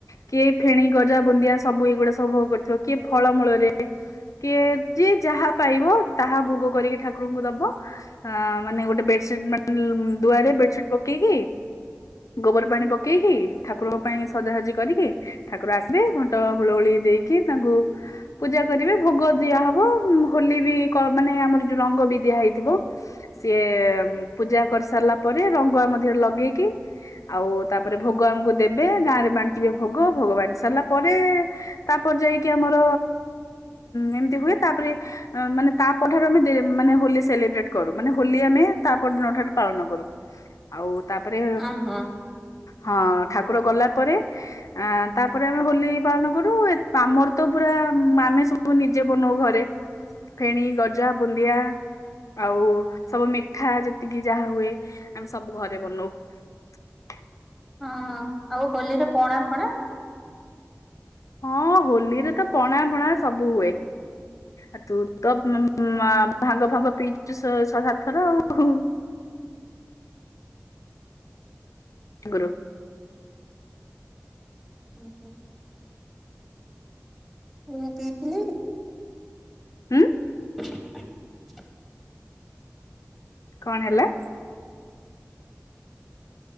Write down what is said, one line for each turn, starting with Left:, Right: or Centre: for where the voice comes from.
Left: କିଏ ଫେଣି ଗଜା ବୁନ୍ଦିଆ ସବୁ ଏଇଗୁଡା ସବୁ ଭୋଗ କରିଥିବ କିଏ ଫଳମୂଳରେ କିଏ ଯିଏ ଯାହା ପାଇବ ତାହା ଭୋଗ କରିକି ଠାକୁରଙ୍କୁ ଦବ ମାନେ ଗୋଟେ ବେଡସିଟ୍ ମାନେ ଦୁଆରେ ବେଡସିଟ ପକେଇକି ଗୋବର ପାଣି ପକେଇକି ଠାକୁରଙ୍କ ପାଇଁ ସଜାସଜି କରିକି ଠାକୁର ଆସିବେ ଘଣ୍ଟ ହୁଳ ହୁଳି ଦେଇକି ତାଙ୍କୁ ପୂଜା କରିବେ ଭୋଗ ଦିଆ ହବ ହୋଲି ବି କ ମାନେ ଆମର ଯୋଉ ରଙ୍ଗ ବି ଦିଆ ହେଇଥିବ ସିଏ ପୂଜା କରିସାରିଲା ଲା ପରେ ରଙ୍ଗ ଆମ ଦେହରେ ଲଗେଇକି ଆଉ ତାପରେ ଭୋଗ ଆମକୁ ଦେବେ ଗାଁ ରେ ବାଣ୍ଟିବେ ଭୋଗ ଭୋଗ ବାଣ୍ଟି ସାରିଲା ପରେ ତାପ୍ ପରେ ଯାଇକି ଆମର ମେ ଏମିତି ହୁଏ। ତାପରେ ଅ ମାନେ ତା ପରଠାରୁ ଆମେ ଦେ ମାନେ ହୋଲି ସେଲିବ୍ରେଟ୍ କରୁ ମାନେ ହୋଲି ଆମେ ତା ପର୍ ଦିନଠାରୁ ପାଳନ କରୁ ଆଉ ତାପରେ
Centre: ଉଁ ହୁଁ
Left: ହଁ, ଠାକୁର ଗଲା ପରେ ଆ ତାପରେ ଆମେ ହୋଲି ପାଳନ କରୁ ଆମର ତ ପୁରା ଆ ଆମେ ସବୁ ନିଜେ ବନଉ ଘରେ ଫେଣି, ଗଜା, ବୁନ୍ଦିଆ ଆଉ ସବୁ ମିଠା ଯେତିକି ଯାହା ହୁଏ ଆମେ ସବୁ ଘରେ ବନଉ। <inaudible>
Centre: ହଁ ଆଉ ହୋଲିରେ ପଣା ଫଣା?
Left: ହଁ, ହୋଲିରେ ତ ପଣା ଫଣା ସବୁ ହୁଏ। ଆ ତୁ ତ ମା ଭାଙ୍ଗ୍ ଫାଙ୍ଗ୍ ପିଇଛୁ ଶହେ ଶହେ ସାତ ଥର ଆଉ। ଗୁରୁ।
Centre: ହୁଁ ହୁଁ। ମୁଁ ପିଇଥିଲି।
Left: ହୁଁ?
Centre: <unintelligible>
Left: କ'ଣ ହେଲା?